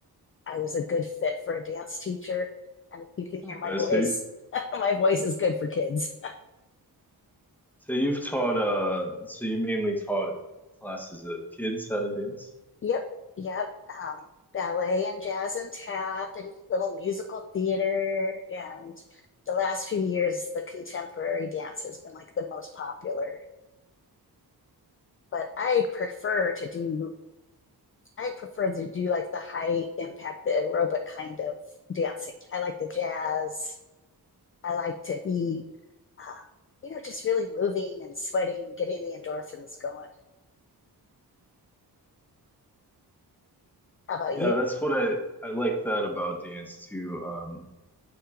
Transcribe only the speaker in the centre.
Okay,
so
so you've taught uh so you mainly taught classes of kids how to dance?
Yeah,
that's what I I like that about dance too. Um,